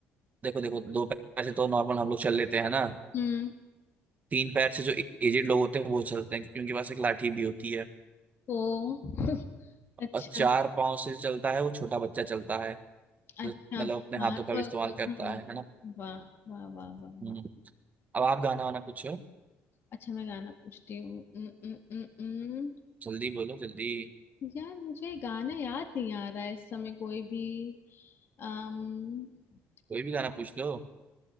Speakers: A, on the right (about 30°); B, on the left (about 50°).
A: देखो देखो दो पैर से तो नॉर्मल हम लोग चल लेते हैं ना
B: हम्म
A: तीन पैर से जो एजेड लोग होते हैं वो चलते हैं क्योंकि उनके पास एक लाठी भी होती है
B: ओ <laughs> अच्छा
A: और चार पांव से चलता है वो छोटा बच्चा चलता है
B: अच्छा
A: जो मतलब अपने हाथों
B: हाँ
A: का
B: तो,
A: भी इस्तेमाल
B: तो
A: करता
B: हाँ
A: है है ना
B: वाह वाह वाह वाह
A: हम्म
B: वाह
A: अब आप गाना वाना पूछो
B: अच्छा मैं गाना पूछती हूँ उम, उम, उम, उम।
A: जल्दी बोलो जल्दी
B: यार मुझे गाना याद नहीं आ रहा है इस समय कोई भी अम <laughs>
A: कोई भी गाना पूछ लो